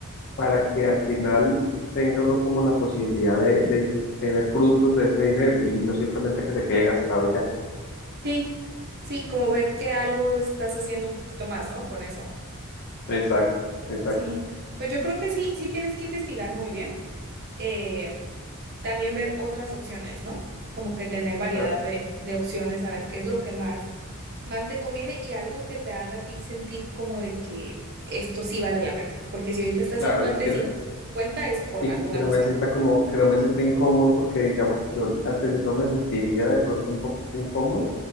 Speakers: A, on the left; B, on the right.
A: para que al final tenga uno como la posibilidad de, de, de ver frutos de ese dinero y no simplemente que se quede gastado y ya.
B: sí, sí, como ver que algo estás haciendo un poquito más, ¿no? Con eso.
A: Exacto, exacto,
B: Sí, pues yo creo que sí, sí tienes que investigar muy bien. Eh, también ver otras opciones, ¿no? Como que tener variedad
A: claro,
B: de, de opciones, a ver qué es lo que más, más te conviene y algo que te haga a ti sentir como de que esto sí vale la pena. Porque si ahorita está
A: claro,
B: 50
A: y que
B: y 50
A: no,
B: es por
A: y
B: alguna
A: que no
B: razón.
A: me sienta como, que no me sienta incómodo porque digamos, yo al principio me sentiría de pronto un poco incómodo